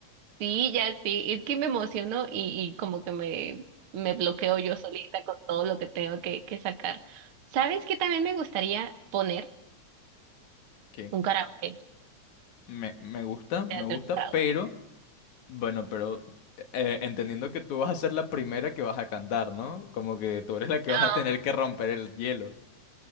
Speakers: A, on the right; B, on the left.
A: Sí, ya sí, es que me emociono y, y como que me, me bloqueo yo solita con todo lo que tengo que, que sacar. ¿Sabes qué también me gustaría poner?
B: ¿Qué?
A: Un karaoke,
B: Me, me gusta, me
A: teatro
B: gusta,
A: de karaoke.
B: pero bueno, pero eh, entendiendo que tú vas a ser la primera que vas a cantar, ¿no? Como que tú eres la que
A: Ah,
B: vas a tener que romper el hielo.